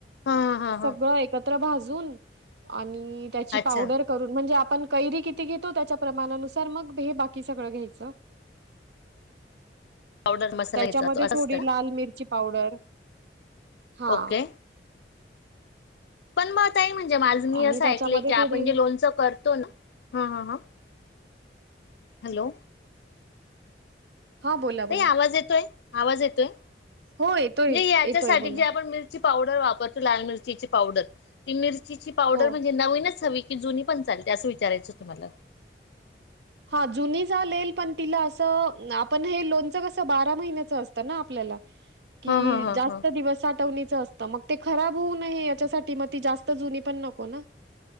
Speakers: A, on the left; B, on the right.
A: हा हा हा
B: सगळं
A: हा.
B: एकत्र भाजून आणि त्याची
A: अच्छा
B: पावडर करून म्हणजे आपण कैरी किती घेतो त्याच्या प्रमाणानुसार मग हे बाकी सगळं घ्यायचं
A: पावडर मसाला
B: त्याच्यामध्ये
A: ह्याचा तो असंच
B: थोडी
A: का
B: लाल मिरची पावडर हा
A: ओके पण मग आता म्हणजे माझ मी
B: आणि
A: असं
B: त्याच्यामध्ये
A: ऐकलं की आपण
B: थोडी
A: जे लोणच करतो ना ह ह हा हॅलो
B: हा बोला बोला
A: का आवाज येतोय आवाज येतोय म्हणजे
B: हो येतोय
A: याच्यासाठी
B: येतोय बोला
A: जे आपण मि पावडर वापरतो लाल मिरचीची पावडर ती मिरचीची पावडर
B: हो
A: म्हणजे नवीनच हवी की जुनी पण चालते अस विचायचं तुम्हाला
B: हा जुनी चालेल पण तिला असं आपण हे लोणच कसं बारा महिन्याचं असतं ना आपल्याला कि
A: हा हा हा
B: जास्त
A: हा
B: दिवस साठवणीच असत तर मग ते खराब होऊ नये याच्यासाठी मग ती जास्त जुनी पण नको ना